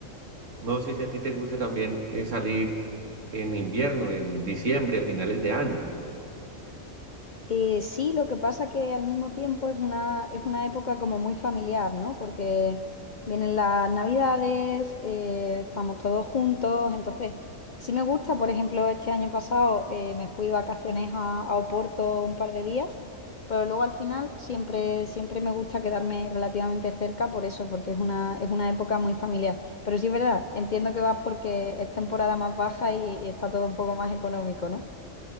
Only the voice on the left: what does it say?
Eh, sí, lo que pasa que al mismo tiempo es una, es una época como muy familiar, ¿no? Porque vienen las navidades, eh, estamos todos juntos, entonces sí me gusta, por ejemplo, este año pasado eh, me fui de vacaciones a, a Oporto un par de días, pero luego al final siempre, siempre me gusta quedarme relativamente cerca por eso, porque es una, es una época muy familiar. Pero sí es verdad, entiendo que vas porque es temporada más baja y y está todo un poco más económico, ¿no?